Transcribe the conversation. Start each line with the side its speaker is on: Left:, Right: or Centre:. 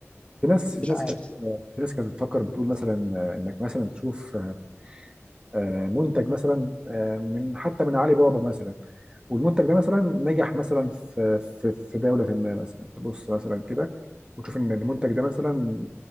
Right: في ناس
Left: مش
Right: في ناس
Left: عارف
Right: كانت
Left: يعني
Right: آه، في ناس كانت بتفكر بتقول مثلا آه، انك مثلا تشوف آه، آه، منتج مثلا آه، من حتى من علي بابا مثلا والمنتج ده مثلا نجح مثلا في في في دوله ما مثلا تبص مثلا كده وتشوف ان المنتج ده مثلا